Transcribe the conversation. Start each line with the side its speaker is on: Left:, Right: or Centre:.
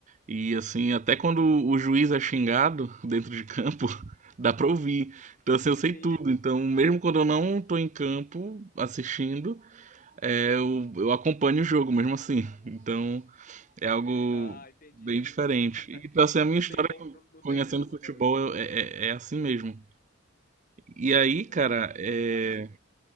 Right: e assim até quando o juiz é xingado <laughs> dentro de campo <laughs> dá para ouvir, então assim eu sei
Left: Sim,
Right: tudo, então mesmo quando eu não estou em campo assistindo, é, eu, eu acompanho o jogo mesmo assim, então é algo
Left: ah, entendi.
Right: bem diferente.
Left: <laughs>
Right: E então assim a minha
Left: Não
Right: história
Left: tem como, não, não
Right: conhecendo
Left: tem como,
Right: futebol
Left: né, Lucas?
Right: é, é é assim mesmo. E aí,
Left: Exato.
Right: cara, é...
Left: Mas